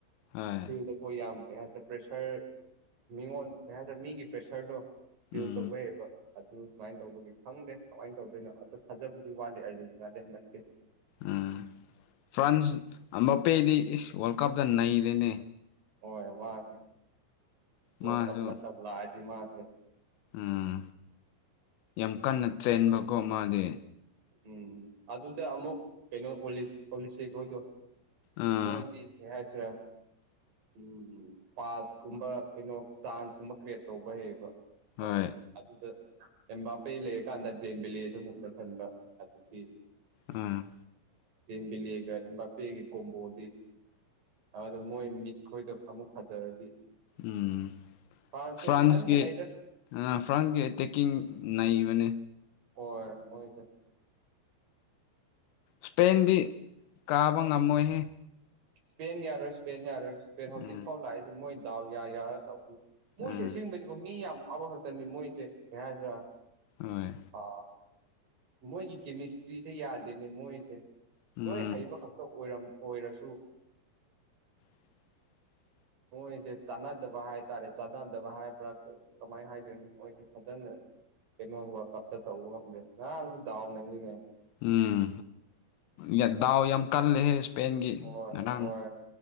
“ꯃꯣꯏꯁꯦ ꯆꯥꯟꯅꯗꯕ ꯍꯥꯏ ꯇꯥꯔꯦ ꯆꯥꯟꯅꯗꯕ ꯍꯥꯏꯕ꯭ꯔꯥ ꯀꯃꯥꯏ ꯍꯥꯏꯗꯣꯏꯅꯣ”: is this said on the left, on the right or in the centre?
Right